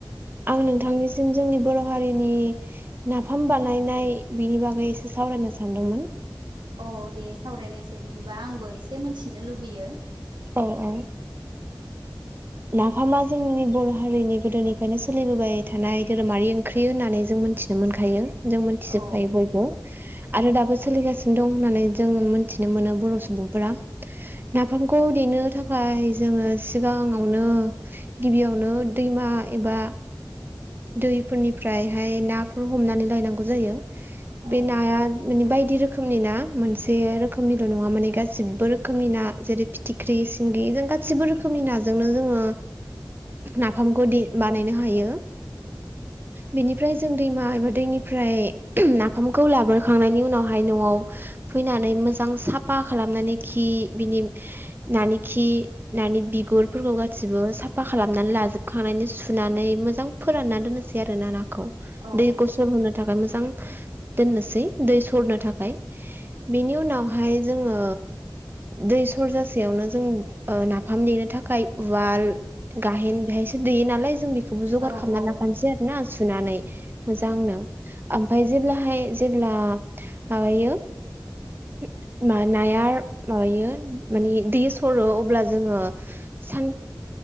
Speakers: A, on the right; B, on the right.
A: आं नोंथांनिसिम जोंनि बर' हारिनि नाफाम बानायनाय बिनि बागै एसे सावरायनो सानदोंमोन।
B: औ दे सावरायनायसाय बिदिबा आंबो एसे मोनथिनो लुबैयो
A: अ अ नाफामा जोंनि बर' हारिनि गोदोनिफ्रायनो सोलिबोबाय थानाय धोरोमारि ओंख्रि होननानै जों मोन्थि जों मोनखायो जों मोनथि जुबखायो
B: औ
A: बयबो आरो दाबोस सोलिगासिनो दं होननानै जों मोनथिनो मोनो बर' सुबुंफोरा नाफामखौ देनो थाखाय जोङो सिगाङ ङावनो गिबियावनो दैमा एबा दैफोरनिफ्रायहाय नाफोर हमनानै लायनांगौ जायो।
B: औ
A: बे नाया बेनि बायद बायदि रोखोमनि ना मोनसे रोखोमनिल' नङा माने गासिबो रोखोमनि ना जेरै फिथिख्रि, सिंगि जों गासिबो रोखोमनि नाजोंनो जोङो नाफामखौ दे बानायनो हायो। बेनिफ्राय जों दैमा एबाद दैनिफ्राय नाफामखौ लाबो खांनायनि उनावहाय न'आव फैनानै मोजां सापा पा खालामनानै खि बिनि नानि खि नानि बिगुरफोरखौ गासिबो साफ पा खालामनानै लाजोबखांनायनि सुनानै मोजां फोरानना दोननोसै आरोना नाखौ
B: औ
A: दै गुसुर होनो थाखाय मोजां
B: <inaudible>
A: दोननोसै दै सरनो थाखाय बेनि उनावहाय जोङो दैस सरजासेयावनो जों ओ नाफाम देनो थाखाय उवाल ए गाहेन बेहायसो देयो नालाय जों बेखौ
B: औ
A: खामना
B: औ
A: लाखानोसै आरो ना सुनानै मोजांनो
B: उम
A: ओमफाय जेब्लाहाय ज जेब्ला माबायो हो मा नायार माबायो माने दे सरो अब्ला जोङो सान